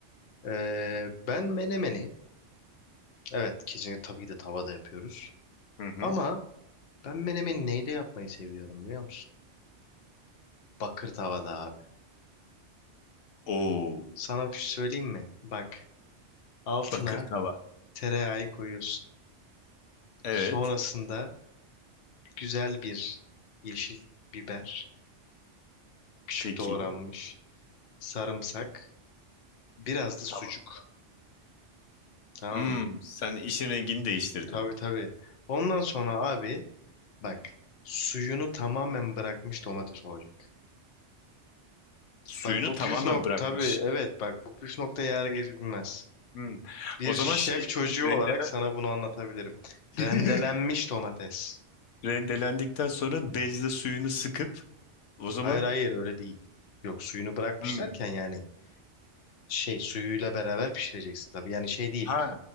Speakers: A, on the left; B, on the left.
A: Ee, ben menemeni evet kesinlikle tabii ki de tavada yapıyoruz.
B: Hı hı.
A: Ama ben menemeni neyde yapmayı seviyorum biliyor musun? Bakır tavada abi.
B: Oo,
A: Sana bir şey söyleyeyim mi? Bak altına
B: bakır tava.
A: tereyağı koyuyorsun.
B: Evet.
A: Sonrasında güzel bir yeşil biber. küçük
B: Peki.
A: doğranmış sarımsak, biraz da
B: Tava.
A: sucuk. Tamam
B: Hmm,
A: mı?
B: sen işin rengini değiştirdin.
A: Tabii tabii. Ondan sonra abi bak suyunu tamamen bırakmış domates olacak.
B: Suyunu
A: Bak bu
B: tamamen
A: püf nokta
B: bırakmış.
A: tabii evet bak bu püf nokta yer geçilmez.
B: Hmm.
A: Bir
B: O zaman
A: şef
B: şey
A: çocuğu
B: rendelen
A: olarak sana bunu anlatabilirim.
B: <laughs>
A: Rendelenmiş domates.
B: rendelendikten sonra bezle suyunu sıkıp o zaman
A: Hayır hayır öyle değil. Yok suyunu bırakmış
B: hmm.
A: derken yani şey suyuyla beraber pişireceksin tabii. Yani şey değil.
B: Ha,